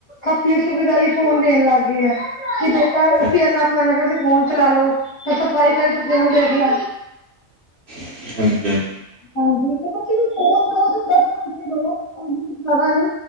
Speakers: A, on the left; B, on the right.
A: ਆਪਣੀ ਸੁਵਿਧਾ ਲਈ ਫੋਨ ਦੇਣ ਲੱਗ ਗਏ ਹੈ ਕਿ
B: ਹਾਂਜੀ
A: ਅਸੀਂ ਇਹ ਕੰਮ ਕਰਨਾਗੇ ਅਸੀਂ ਫੋਨ ਚਲਾ ਲੋ ਸਫ਼ਾਈ ਕਰ ਤੂੰ ਫੋਨ ਦੇਖ ਲ
B: ਹਾਂਜੀ- ਹਾਂਜੀ
A: ਹਾਂਜੀ ਬੱਚੇ ਨੂੰ ਫੋਨ ਦਿਓ ਦੱਸ ਮਿੰਟ ਵਾਸਤੇ ਬਸ